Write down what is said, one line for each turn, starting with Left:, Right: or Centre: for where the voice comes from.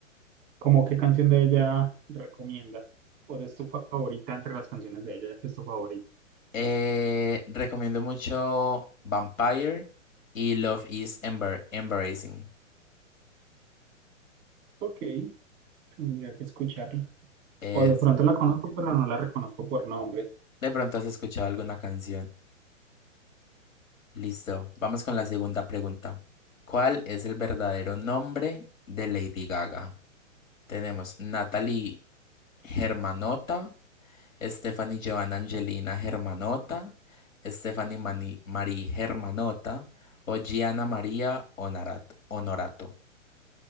Right: ¿Cómo qué canción de ella recomiendas? ¿O es tu favorita entre las canciones de ella, ya que es tu favorita?
Left: Eh, recomiendo mucho Vampire y Love is Embar- Embarrassing.
Right: Ok, tendría que escucharla.
Left: Eso.
Right: O de pronto la conozco, pero no la reconozco por nombre,
Left: De pronto has escuchado alguna canción. Listo. Vamos con la segunda pregunta. ¿Cuál es el verdadero nombre de Lady Gaga? Tenemos Natalie Germanota, Stephanie Joan Angelina Germanota, Stephanie Mani- Marie Germanota o Gianna María Honorato, Honorato,